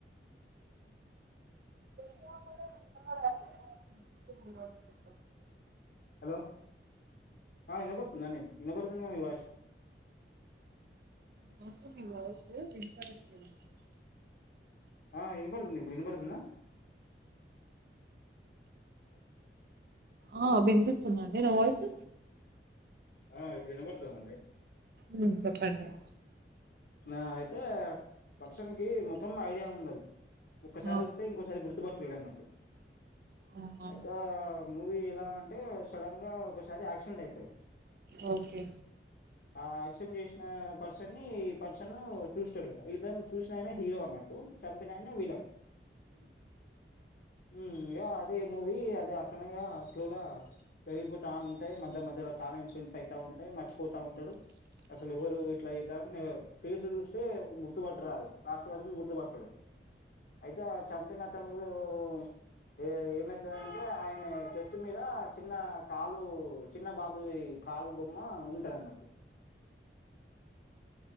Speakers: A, on the right (about 55°); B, on the left (about 60°).
A: <unintelligible>
B: హలో, ఆ వినబడుతుందా అండి నేను వినబడుతు. <unintelligible>
A: మాకు మీ వాయిస్ వినపడట్లేదండి.
B: ఆ విన పడుతుంది ఇప్పుడు విన పడుతుందా.
A: ఆ వినిపిస్తుందా అండీ నా వాయిస్.
B: ఆ ఇప్పుడు వినబడుతుందండి
A: హ్మ్ చెప్పండి.
B: నా అయితే. పర్సన్ కి ముఖం ఐడియా ఉండదు, ఒక్కసారి
A: ఆ
B: చూస్తే ఇంకోసారి గుర్తుపడు. న్నట్టు,
A: అవునా
B: అయితే మూవీ ఎలా. అంటే సడన్ గా ఒకసారి యాక్సిడెంట్ అయితది.
A: ఓకే.
B: ఆ యాక్సిడెంట్ చేసిన పర్సన్ ఈ పర్సన్ చూస్తాడు ఇతను చూసిన ఆయన హీరో అ. వు చంపినాయన విలన్. హు అదే మూవీ అదే అట్లనే ఇ గా క్లూలా. పెరిగిపోతా ఉంటాయి. మధ్య మధ్యలో చాలా ఇన్సిడెంట్ అయితా ఉంటాయి. మర్చిపోతా ఉంటాడు. అసలు ఎవరు. అట్లా యి దాన్నే ఫేస్ చూస్తే గుర్తుపట్ట రాదు లాస్ట్ వరకు గుర్తుపట్టడు. అయితే చంపిన అతను ఉం ఉం. ఏ ఏమైతుందంటే ఆయన చెస్ట్ మీద చిన్న కాలు చిన్న బాబుది. కాలు బొమ్మ ఉంటది అన్నట్టు.